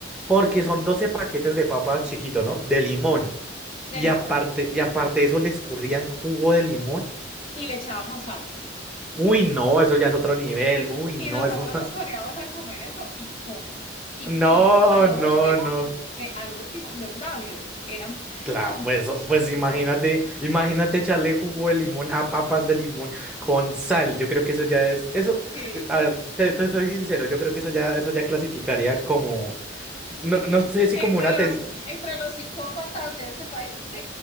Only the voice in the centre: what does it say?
Porque son 12 paquetes de papas chiquito, ¿no? De limón.
Y
aparte, y aparte de eso, le escurrían jugo de limón.
Uy, no, eso ya es otro nivel. Uy,
no,
eso. <laughs>
No,
no,
no.
Claro,
pues, pues imagínate, imagínate echarle jugo de limón a papas de limón con sal. Yo creo que eso ya es, eso,
eh, a ver, te, te soy sincero, yo creo que eso ya, eso ya clasificaría como, no, no sé si
como una
ten-